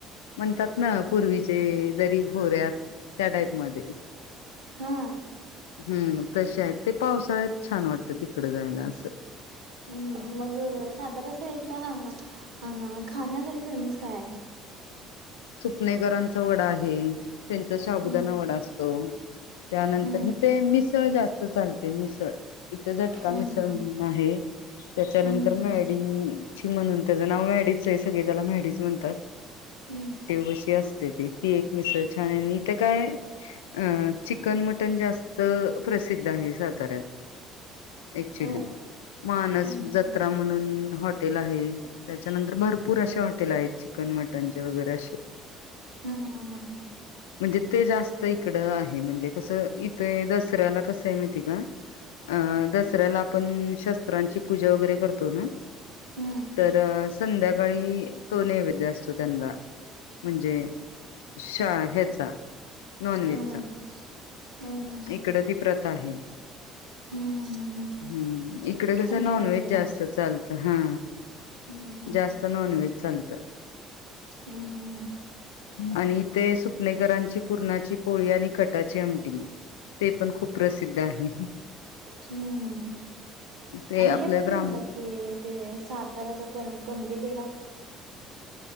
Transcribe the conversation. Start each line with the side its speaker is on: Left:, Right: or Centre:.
Left: म्हणतात ना पूर्वीचे दरी होऱ्यात त्या टाईप मध्ये
Right: हा
Left: हम्म तसे आहेत ते पावसाळ्यात छान वाटतं तिकडं जायला असं
Right: हम् मग सातारा साईडला अ खाण्यासाठी फेमस काय आहे
Left: सुपनेकरांचा वडा आहे. त्यांचा शाबुदानावडा
Right: हम्म
Left: असतो. त्यानंतर
Right: हम्म
Left: हिथ मिस तळ जास्त चालते मिसळ इथ झटका
Right: हम्म
Left: मिसळ
Right: हम्म
Left: म्हणून आहे त्याच्यानंतर
Right: हम्म हम्म
Left: मॅडीची म्हणून त्याचं नाव मॅडीच आहे सग त्याला मॅडीच म्हणतात.
Right: हम्म
Left: अशी असते ती एक मिसळ छान इथ काय अ चिकन मटन जास्त प्रसिद्ध आहे साताऱ्यात क्चुली
Right: होय
Left: मानस
Right: हम्म
Left: जत्रा म्हणून हॉटेल आहे. त्याच्यानंतर भरपूर असशे हॉटेल आहेत चिकन मटनचे वगैरे असे
Right: हम्म हम्म हम्म हम्
Left: म्हणजे ते जास्त इकड आहे. म्हणजे कसं इथे दसऱ्याला कसं आहे माहिती का. अ दसऱ्याला आपण शस्त्रांची पूजा वगैरे करतो ना.
Right: हम्म
Left: तर संध्याकाळी तो नैवेद्य असतो. सुतंद्र म्हणजे शा ह्याचा नॉन व्हेजचा
Right: हम्म हम्म हम्म हम्म
Left: इकडं ती प्रत आहे.
Right: हम्म हम्म
Left: हम्म इकडे कस
Right: खंडेनवमीला
Left: नॉनव्हेज जास्त चालतं. तर हा
Right: हम्म हम्म
Left: जास्त नॉन व्हेज चालतं.
Right: हम्म हम्म
Left: आणि ते सुपनेकरांची पुूरणाची पोळी आणि खटाची आमटी ते पण खूप प्रसिद्ध आहे.
Right: हम्म
Left: ते
Right: आणि
Left: आपले
Right: हे पण
Left: ब्राह्मण
Right: म्हणतात कि ते साताऱ्याचा क कंदी पिढा